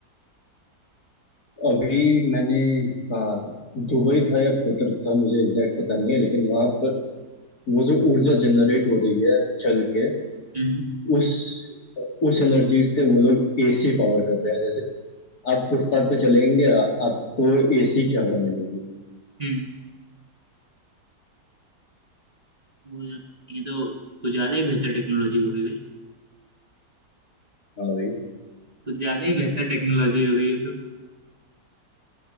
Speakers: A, on the left; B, on the right.
A: अभी मैंने कहा दुबई था या कतर था मुझे एग्जैक्ट पता नहीं है लेकिन वहां पर वो जो ऊर्जा जनरेट हो रही है चल के
B: हम्म,
A: उस उस एनर्जी से वो लोग एसी पावर कर रहे हैं जैसे आप फुटपाथ पे चलेंगे आ- आपको एसी की हवा मिलेगी
B: हम्म, वो ये तो कुछ ज्यादा ही बेहतर टेक्नोलॉजी हो गई भाई
A: हाँ भाई
B: कुछ ज्यादा ही बेहतर टेक्नोलॉजी हो गई है तो